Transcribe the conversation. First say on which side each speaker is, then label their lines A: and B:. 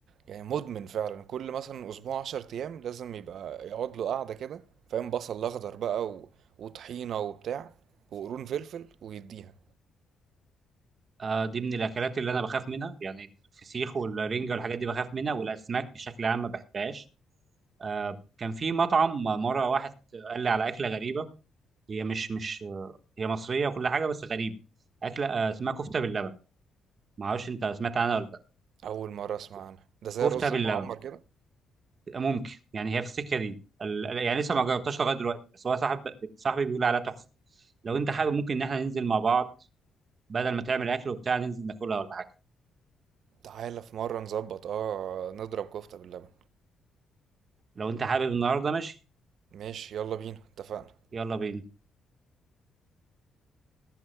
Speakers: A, on the right (about 70°); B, on the right (about 45°).
A: يعني مدمن فعلا كل مثلا اسبوع 10 ايام لازم يبقى يقعد له قعده كده فاهم بصل اخضر بقى و... وطحينه وبتاع وقرون فلفل ويديها
B: آه، دي من الاكلات اللي انا بخاف منها يعني الفسيخ والرنجه والحاجات دي بخاف منها والاسماك بشكل عام ما بحبهاش آه، كان في مطعم مره واحد قال لي على اكله غريبه هي مش مش آه، هي مصريه وكل حاجه بس غريبه اكله آه، اسمها كفته باللبن ما اعرفش انت سمعت عنها ولا لا
A: اول مره اسمع
B: ك-
A: عنها ده زي
B: كفته
A: الرز
B: باللبن
A: أول مرة المعمر كده
B: ممكن يعني هي في السكه دي ال- ال- يعني لسه ما جربتهاش لغايه دلوقتي بس هو صاحب صاحبي بيقول عليها تحفه لو انت حابب ممكن ان احنا ننزل مع بعض بدل ما تعمل اكل وبتاع ننزل ناكلها ولا حاجه
A: تعالى في مره نظبط اه نضرب كفته باللبن
B: لو انت حابب النهارده ماشي
A: ماشي يلا بينا اتفقنا
B: يلا بينا